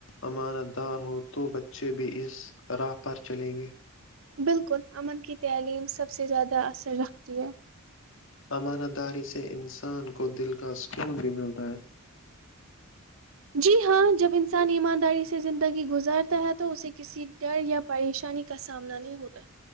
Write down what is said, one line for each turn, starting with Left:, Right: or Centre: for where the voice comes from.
Left: امانت دار ہو تو بچے بھی اس راہ پر چلیں گے
Right: بالکل امن کی تعلیم سب سے زیادہ اثر رکھتی ہے
Left: امانہ داری سے انسان کو دل کا سکون بھی ملتا ہے
Right: جی ہاں جب انسان ایماند داری سے زندگی گزارتا ہے تو اسے کسی ڈر یا پریشانی کا سامنا نہیں ہوتا